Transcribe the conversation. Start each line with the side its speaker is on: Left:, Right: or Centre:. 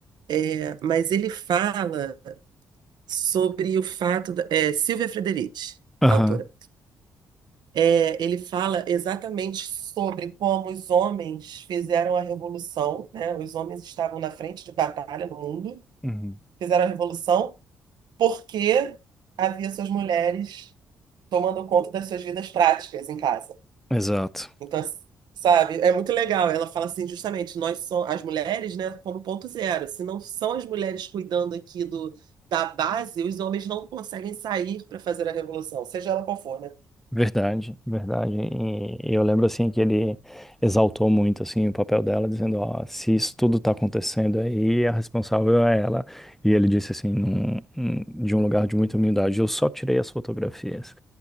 Right: é, mas ele fala sobre o fato. da- É, Silvia Frederici,
Centre: Aham.
Right: a autora. É, ele fala exatamente sobre como os homens fizeram a revolução, né? Os homens estavam na frente de batalha no mundo,
Centre: Uhum.
Right: fizeram a revolução porque havia suas mulheres tomando conta das suas vidas práticas em casa.
Centre: Exato.
Right: Então, sabe, é muito legal. Ela fala assim, justamente, nós somos as mulheres, né, como ponto zero. Se não são as mulheres cuidando aqui do, da base, os homens não conseguem sair para fazer a revolução, seja ela qual for, né?
Centre: Verdade, verdade. E eu lembro assim que ele exaltou muito assim o papel dela, dizendo, ó, se isso tudo tá acontecendo aí, a responsável é ela. E ele disse assim, num- num- de um lugar de muita humildade, eu só tirei as fotografias.